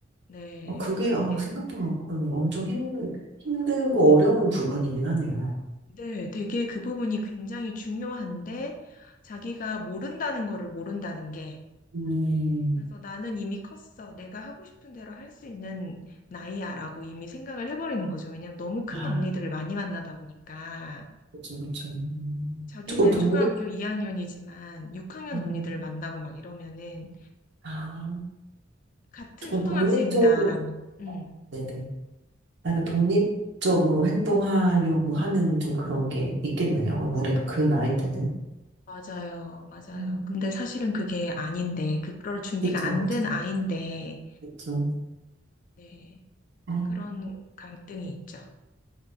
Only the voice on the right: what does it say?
어, 그게, 아,
생각보다 음, 엄청 힘, 힘들고 어려운 부분이긴 하네요.
음,
아,
그죠그렇죠
조금 독립,
음.
아,
조금
독립적으로,
네네. 약가 독립적으로 행동하려고 하는 좀 그런 게 있겠네요. 아무래도 그 나이 때는.
음.
그쵸,
그쵸.
그쵸.
아,